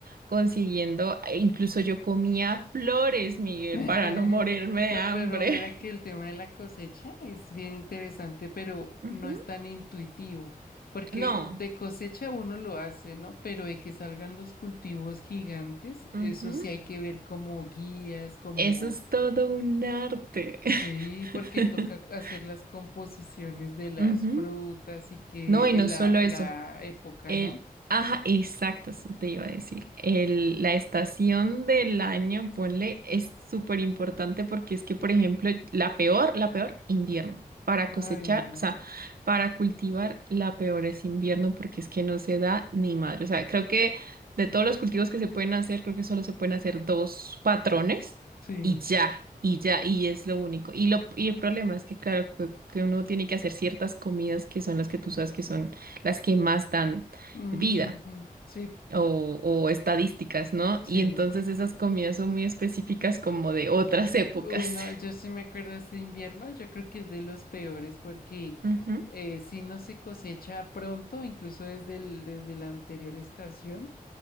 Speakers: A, on the right; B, on the left.
A: consiguiendo. e Incluso yo comía flores, Miguel,
B: <laughs>
A: para no morirme de
B: No,
A: hambre.
B: pero mira que el tema de la cosecha es bien interesante, pero
A: <laughs>
B: no
A: Ujú.
B: es tan intuitivo, porque
A: No,
B: de cosecha uno lo hace, ¿no? Pero de que salgan los cultivos gigantes,
A: ujú.
B: eso sí hay que ver como guías, como
A: Eso es todo un arte.
B: Sí,
A: <laughs>
B: porque toca hacer las composiciones de las
A: Ujú.
B: frutas y que
A: No, y no
B: eh, la,
A: solo eso.
B: la época,
A: El,
B: ¿no?
A: ajá, exacto, eso te iba a decir. El, la estación del año, ponle, es súper importante porque es que, por ejemplo, la peor, la peor, invierno. Para cosechar,
B: Ay, no.
A: o sea, para cultivar, la peor es invierno porque es que no se da ni madre. O sea, creo que de todos los cultivos que se pueden hacer, creo que solo se pueden hacer dos patrones
B: Sí.
A: y ya. Y ya, y es lo único. Y, lo, y el problema es que, claro, que que uno tiene que hacer ciertas comidas que son las que tú sabes que son las que más dan
B: Ujú,
A: vida
B: Sí,
A: o, o estadísticas, ¿no?
B: sí.
A: Y entonces esas comidas son muy específicas como de otras <laughs> épocas.
B: Uy, no, yo sí me acuerdo de ese invierno, yo creo que es de los peores porque
A: Ujú,
B: eh, si no se cosecha pronto, incluso desde el, desde la anterior estación.